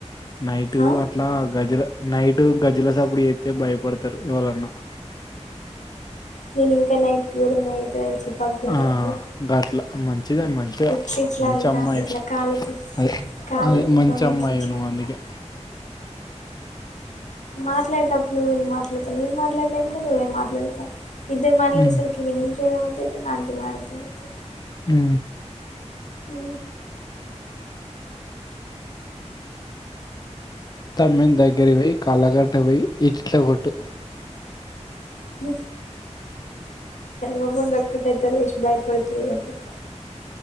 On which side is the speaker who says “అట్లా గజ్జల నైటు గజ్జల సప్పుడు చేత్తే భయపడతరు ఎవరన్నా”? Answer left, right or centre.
Left